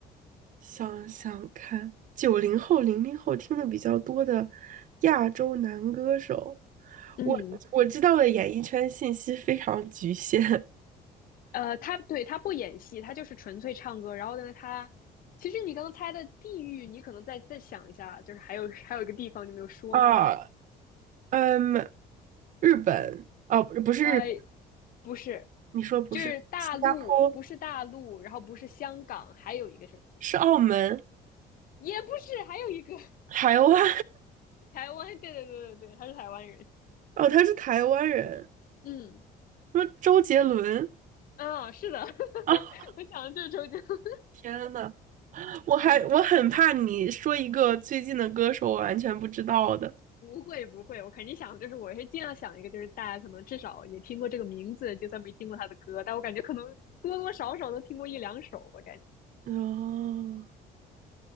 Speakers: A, on the right; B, on the left.
A: 想想看，九零后、零零后听的比较多的亚洲男歌手，
B: 嗯。
A: 我我知道的演艺圈信息非常局限
B: 呃，他对他不演戏，他就是纯粹唱歌。然后呢，他其实你刚刚猜的地域，你可能再再想一下，就是还有 <laughs> 还有一个地方你没有说到，
A: <laughs> 啊，嗯，日本哦，不是不是日本，
B: 呃，不是，
A: 你说不是新加坡，
B: 就是大陆，不是大陆，然后不是香港，还有一个什么地方，
A: 是澳门、
B: 也不是，还有一个 <laughs>
A: 台湾
B: 台湾。对对对对对，他是台湾人。
A: <laughs> 哦，他是台湾人，
B: 嗯
A: 说周杰伦
B: 啊，是的，<laughs>
A: 啊，
B: 我想的就是周杰伦。
A: 天呐，我还我很怕你说一个最近的歌手我完全不知道的，
B: 不会不会，我肯定想，就是我是尽量想一个，就是大家可能至少也听过这个名字，就算没听过他的歌，但我感觉可能多多少少都听过一两首，我感觉
A: 哦，